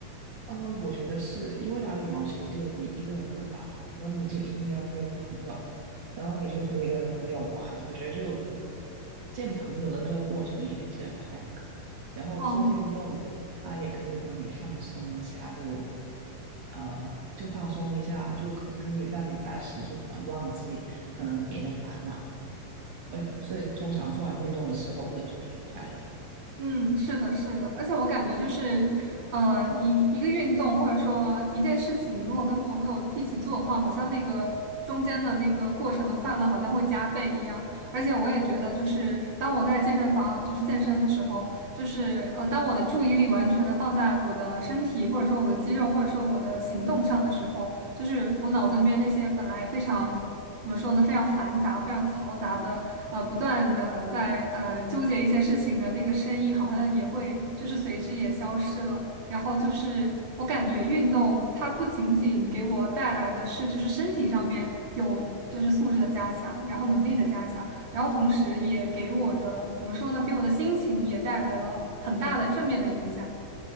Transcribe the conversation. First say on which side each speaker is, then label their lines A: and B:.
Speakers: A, on the right; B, on the right.
A: 呃，我觉得是因为打羽毛球就你一个人不能打嘛，然后你就一定要约朋友，然后你就可以跟朋友玩。我觉得就见朋友的那个过程已经是很快乐的，然后做运动它也可以帮你放松一下，
B: 哦
A: 就呃就放松一下，就可可以让你暂时就可能忘记可能别的烦恼。呃，所以通常做完运动的时候，我都是挺快乐的。
B: 嗯，是的，是的，而且我感觉就是，呃，一一个运动或者说一件事情，如果跟朋友一起做的话，好像那个中间的那个过程的快乐好像会加倍一样。而且我也觉得，就是当我在健身房就是健身的时候，就是呃，当我的注意力完全的放在我的身体或者说我的肌肉或者说我的行动上的时候，就是我脑子里面那些本来非常怎么说呢，非常繁杂、非常嘈杂的，呃，不断的在呃纠结一些事情的那个声音，好像也会就是随之也消失了。然后就是我感觉运动它不仅仅给我带来的是就是身体上面有就是素质的加强，然后能力的加强，然后同时也给我的怎么说呢，给我的心情也带来了很大的正面的影响。